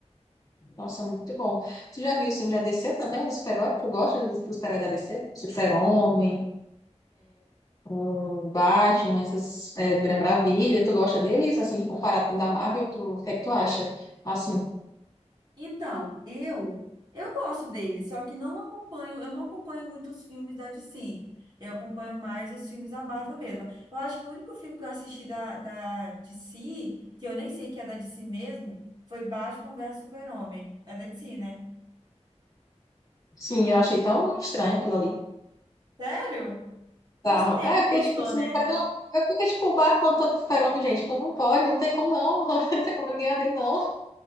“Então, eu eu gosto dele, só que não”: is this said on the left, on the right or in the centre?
Right